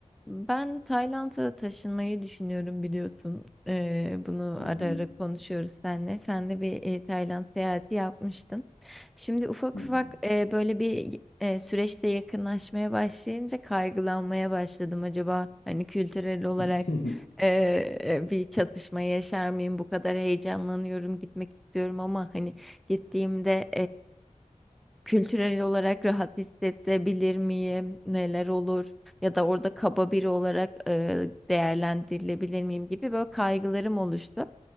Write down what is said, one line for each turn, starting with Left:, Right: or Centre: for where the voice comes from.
Centre: Ben Tayland'a taşınmayı düşünüyorum biliyorsun. Ee, bunu
Left: Hı
Centre: ara
Left: hı.
Centre: ara konuşuyoruz seninle. Sen de bir e, Tayland seyahati yapmıştın. Şimdi ufak
Left: Hı hı.
Centre: ufak e, böyle bir e, süreçte yakınlaşmaya başlayınca kaygılanmaya başladım. Acaba hani kültürel olarak
Left: <laughs>
Centre: e, bir çatışma yaşar mıyım? Bu kadar heyecanlanıyorum, gitmek istiyorum ama hani gittiğimde Kültürel olarak rahat hissedebilir miyim? Neler olur? Ya da orada kaba biri olarak e, değerlendirilebilir miyim gibi böyle kaygılarım oluştu.